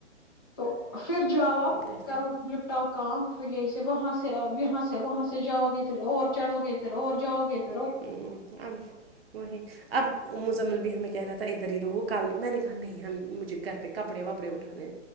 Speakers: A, on the left; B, on the right.
A: تو پھر جاؤ آپ
B: دیکھتے
A: کرو لپٹاو کا پھر یہی سے وہاں سے یہاں سے وہاں سے جاؤگے پھر اور چڑھو گے پھر اور جاؤ گےھر
B: ہ اب وہی اب مزمل بھی ہمیں کیا رہتا ہے دری رہو کل میں نے کہا نہیں ہم مجھے گھر پہ کپڑے واپڑے اٹھانے